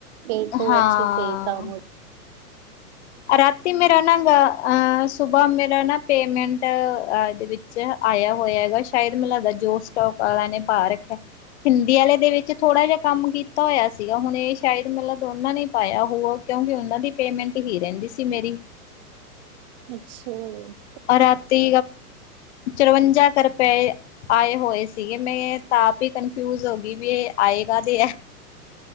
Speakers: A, on the right; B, on the left.
A: ਫੇਰ ਤੋਂ
B: ਹਾਂ
A: ਅੱਛੇ ਸਹੀ ਕੰਮ ਹੋ
B: ਰਾਤੀ ਮੇਰਾ ਨਾ ਸੁਬਾਹ ਮੇਰਾ ਨਾ ਪੇਮੈਂਟ ਵਿੱਚ ਆਇਆ ਹੋਇਆ ਹੈਗਾ ਸ਼ਾਇਦ ਮਤਲਬ ਦਾ ਜੋ ਸਟੋਕ ਵਾਲਾ ਨੇ ਪਾ ਰੱਖਿਆ ਹਿੰਦੀ ਵਾਲੇ ਦੇ ਵਿੱਚ ਥੋੜਾ ਜਿਹਾ ਕੰਮ ਕੀਤਾ ਹੋਇਆ ਸੀਗਾ ਹੁਣ ਇਹ ਸ਼ਾਇਦ ਮਤਲਬ ਦੋਨਾਂ ਨੇ ਪਾਇਆ ਹੋਊਗਾ ਕਿਉਂਕਿ ਉਹਨਾਂ ਦੀ ਪੇਮੈਂਟ ਹੀ ਰਹਿੰਦੀ ਸੀ ਮੇਰੀ
A: ਅੱਛਾ
B: ਰਾਤੀ ਚੁਰਵੰਜਾ ਰੁਪਏ ਆਏ ਹੋਏ ਸੀਗੇ ਮੈਂ ਤਾਪ ਹੀ ਕ ਫਿਊਜ਼ ਹੋ ਗਈ ਵੀ ਇਹ ਆਏ ਕਾਹਦੇ ਆ